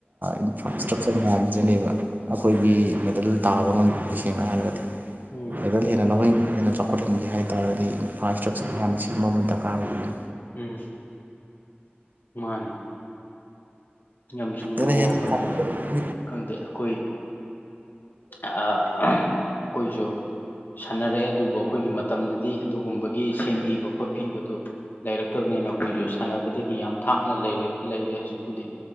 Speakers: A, on the right (about 45°); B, on the left (about 55°).
A: ꯏꯟꯐ꯭ꯔꯥꯁ ꯏꯁꯇ꯭ꯔꯛꯆꯔ ꯃꯌꯥꯝ ꯄꯤꯖꯅꯦꯕ ꯑꯩꯈꯣꯏꯒꯤ
B: ꯎꯝ
A: ꯃꯦꯗꯜ ꯇꯥꯕ ꯉꯝꯗ ꯁꯦꯡꯅ ꯍꯥꯏꯔꯒꯗꯤ
B: ꯎꯝ
A: ꯔꯦꯖꯜ ꯍꯦꯟꯅ ꯂꯧꯟ ꯍꯦꯟꯅ ꯆꯥꯎꯈꯠꯍꯟꯒꯦ ꯍꯥꯏ ꯇꯥꯔꯒꯗꯤ ꯏꯟꯐ꯭ꯔꯥ ꯏꯁꯇ꯭ꯔꯛꯆꯔ ꯃꯌꯥꯝꯅ ꯁꯤꯨꯝ ꯑꯃ ꯗꯔꯀꯥꯔ ꯑꯣꯏ
B: ꯎꯝ ꯃꯥꯅꯦ ꯌꯥꯝ ꯆꯨꯝꯈ꯭ꯔꯕ
A: ꯍꯦꯟꯅ ꯍꯦꯟꯅ
B: ꯋꯥꯐꯝꯅꯤꯗ
A: ꯆꯥꯎꯈꯠꯄꯒꯤ
B: ꯈꯪꯗꯦ ꯑꯩꯈꯣꯏ ꯑ ꯀꯣꯏꯁꯨ ꯁꯥꯟꯅꯔꯛꯑꯦ ꯑꯗꯨꯕꯨ ꯑꯩꯈꯣꯏꯒꯤ ꯃꯇꯝꯗꯗꯤ ꯑꯗꯨꯒꯨꯝꯕꯒꯤ ꯁꯦꯝꯕꯤꯕ ꯈꯣꯠꯄꯤꯕꯗꯨ ꯂꯩꯔꯛꯇꯕꯅꯤꯅ ꯑꯩꯈꯣꯏꯁꯨ ꯁꯥꯟꯅꯕꯗꯒꯤ ꯌꯥꯝ ꯊꯥꯞꯅ ꯂꯩꯔ ꯂꯩꯔꯦ ꯍꯧꯖꯤꯛꯄꯨꯗꯤ